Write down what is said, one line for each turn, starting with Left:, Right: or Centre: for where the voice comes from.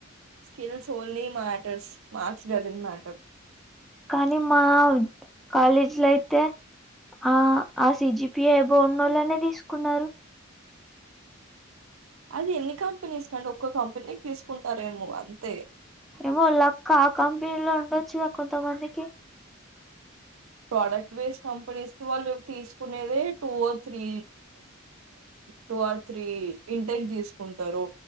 Right: skills only matters marks doesn't matter
Centre: కానీ మా కాలేజీలో అయితే ఆ ఆ సిజిపి ఏ అబొవ్ ఉన్నా వాళనే తీసుకున్నారు
Right: అది ఎన్ని కంపెనీస్ కండి ఒక్క కంపెనీకి తీసుకుంటారేమో అంతే
Centre: ఏమో లక్ ఆ కంపెనీలో ఉండొచ్చుగా కొంతమందికి
Right: ప్రోడక్ట్ బేస్ కంపెనీస్ కి వాళ్ళు తీసుకునేదే two or three two or three intake తీసుకుంటారు